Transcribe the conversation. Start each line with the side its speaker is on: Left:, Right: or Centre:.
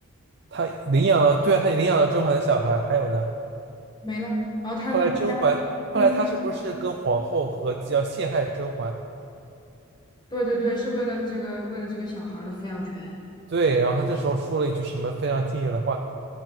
Right: 她领养了，对啊，她领养了甄嬛的小孩，还有呢？
Left: 没了。然后他他们家，
Right: 后来甄嬛，后来她是不是跟皇后合计要陷害甄嬛？
Left: 他们对对对，是为了这个为了这个小孩儿的抚养权，
Right: 对，然后她这时候说了一句什么非常经典的话，